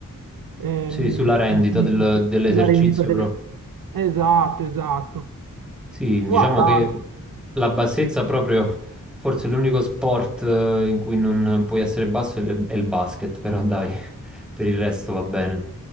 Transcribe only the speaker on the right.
ehm,
come si dice,
sulla rendita del...
Esatto, esatto.
Guarda.